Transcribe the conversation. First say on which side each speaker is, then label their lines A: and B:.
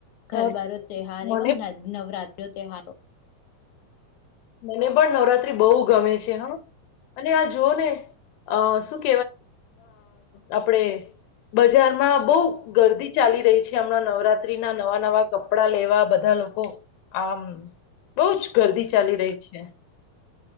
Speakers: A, on the left; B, on the left.
A: ઘરબારો
B: નવ-
A: તહાર
B: મને
A: એ નવરાત્રી તાર
B: મને પણ નવરાત્રી બહુ ગમે છે હા. આ જુઓ ને અ શું આપણેે બજારમાં બહુ ગરદી ચાલી રહી છે હમણાં નવરાત્રી ના નવા-નવા કપડા લેવા બધા લોકો આમ બહુ જ ગર્દી ચાલી રહી છે.